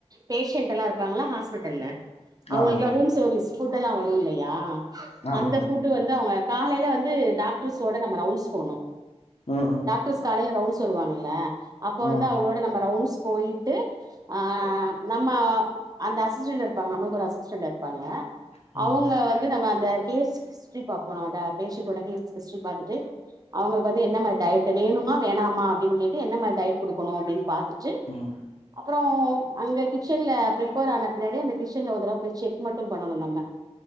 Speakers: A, on the right; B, on the left.
A: பேஷண்ட் எல்லாம் இருப்பாங்கள்ள ஹாஸ்பிட்டல்ல அவங்களுக்கு
B: ஆமா
A: ல்லா ரூம் சர்வீஸ் ஃபுட் எல்லா வரு இல்லையா
B: ஆமா
A: அந்த ஃபுட் வந்து அவுங்க காலேல வந்து டாக்டர்ஸ் ஓட நம்ம ரவுன்ஸ் போணு
B: ம் ஹூ
A: டாக்ட்ரஸ் காலேல ரவுண்ட்ஸ் வருவாங்கல்ல அப்ப
B: ம்
A: வந்து அவுங்களோட நம்ம ரவுண்ட்ஸ் போயிட்டு ஆ நம்ம அந்த அசிஸ்டன்ட் இருப்பாங்க நம்ளுக்கு ஒரு அசிஸ்டன்ட் இருப்பாங்க
B: ம்
A: அவுங்க வந்து நம்ம அந்த கேஸ் ஹிஸ்ரி பாபோனாட பேஷண்டோட கேஸ் ஹிஸ்ரி பாத்துட்டு அவுங்களுக்கு வந்து என்ன மாரி டயட்டு வேணுமா வேணாமா அப்டின்னு கேட் டு என்ன மாரி டயட் குடுக்கனு அப்டின்னு பாத்துட்டு
B: ம்
A: அப்றோ அங்க கிச்சன்ல ப்ரிப்பேர் ஆன பின்னாடி அந்த கிச்சன்ல ஒருதடவ போயி செக் மட்டு பண்ணணு நம்ம